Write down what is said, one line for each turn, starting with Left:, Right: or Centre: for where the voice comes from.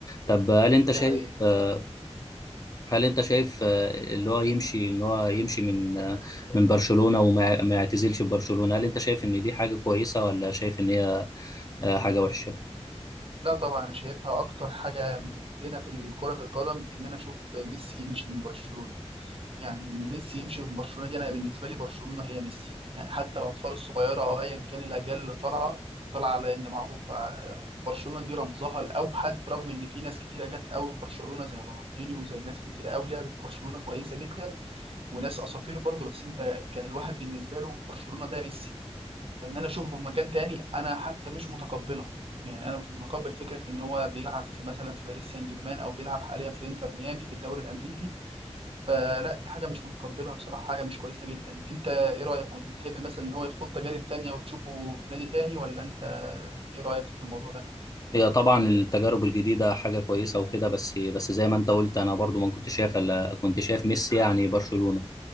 Left: طب هل انت
Right: دي
Left: شايف
Right: حقيقة
Left: آه، هل انت شايف آه، اللي هو يمشي ان هو يمشي من آه، من برشلونه وما ما يعتزلش ببرشلونه هل انت شايف ان دي حاجه كويسه ولا شايف ان هي آه، حاجة وحشة
Right: لا طبعا انا شايفها اكتر حاجه مهدنه في الكره في القدم ان انا اشوف ميسي مشي من برشلونه يعني ان ميسي يمشي من برشلونه دي انا بالنسبه لي برشلونه هي ميسي يعني حتى الاطفال الصغيره او ايا كان الاجيال اللي طالعه طالعه على ان معروفه برشلونه دي رمزها الاوحد برغم ان في ناس كتيره جت قوي في برشلونه زي رونالدينيو وزي ناس كتير قوي لعبت في برشلونه كويسه جدا وناس اساطير برضه بس انت كان الواحد بالنسبه له برشلونه ده ميسي فان انا اشوفه في مكان تاني انا حتى مش متقبلها يعني انا مش متقبل فكره ان هو بيلعب في مثلا في باريس سان جيرمان او بيلعب حاليا في انتر ميامي في الدوري الامريكي فلا دي حاجة مش متقبلها بصراحة حاجة مش كويسة جدا انت ايه رأيك كنت تحب مثلا ان هو يخوض تجارب تانية وتشوفه في نادي تاني ولا انت ايه رأيك في الموضوع ده
Left: هي طبعا التجارب الجديدة حاجة كويسة وكده بس بس زي ما انت قلت انا برضو ما كنت شايف الا كنت شايف ميسي يعني برشلونة